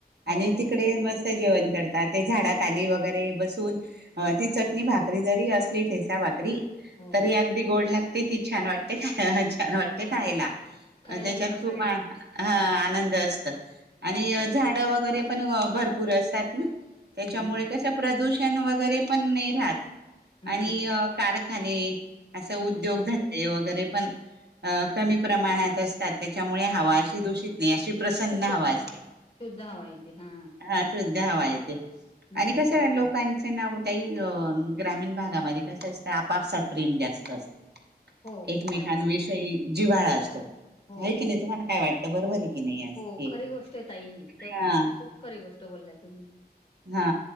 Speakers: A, on the left (about 35°); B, on the right (about 75°).
A: हो
B: आणि
A: हो
B: तिकडे मस्त जेवण करतात ते झाडा खाली वगैरे बसून अ ती चटणी भाकरी जरी असली ठेचा भाकरी
A: हो
B: तरी अगदी गोड लाग ती. तती छान वाटते.. का अच्छा
A: हो
B: ते खायला
A: हो खायला
B: त्याच्यात
A: बी मस्त
B: खूप
A: वाटते
B: ह आनंद
A: हम्म
B: असत आणि
A: हम्म
B: झाड वगैरे पण भरपूर असतात ना त्याच्यामुळे
A: हम्म
B: कस प्रदूषण वगैरे पण नाही राहत.
A: हम्म
B: आणि कारखाने असं उद्योगधंदे
A: हम्म
B: वगैरे पण अ कमी प्रमाणात असतात, त्याच्यामुळे हवा अशी दूषित नाही. अशी प्रसन्न
A: शुद्ध
B: हवा असते.
A: शुद्ध हवा येते हा
B: ह शुद्ध हवा येते
A: हम्म
B: आणि कसं लोकांच नाव त्याही ग्रामीण भागामध्ये कस असत आपापसात प्रेम जास्त असतं.
A: हो
B: एकमेकांविषयी
A: ताई
B: जिव्हाळा
A: हो
B: असतो,
A: हो
B: आहे की नाही तुम्हाला? काय वाटतं बरोबर
A: हो
B: आहे की नाही आज
A: हो
B: हे
A: खरी गोष्ट आहे ताई. ही तर
B: हा
A: खूप खरी गोष्ट बोलल्या तुम्ही.
B: हा.